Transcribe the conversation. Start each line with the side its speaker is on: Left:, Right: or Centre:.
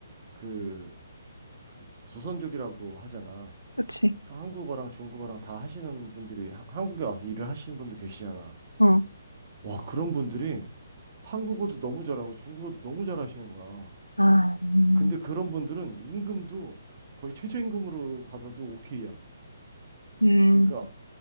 Right: 그, 그 조선족이라고 하잖아.
Left: 그치?
Right: 한국어랑 중국어랑 다 하시는 분들이, 하- 한국에 와서 일을 하시는 분들 계시잖아.
Left: 어.
Right: 와, 그런 분들이 한국어도 너무 잘하고 중국어도 너무 잘하시는 거야.
Left: 아, 음,
Right: 근데 그런 분들은 임금도 거의 최저임금으로 받아도 오케이야.
Left: 음,
Right: 그러니까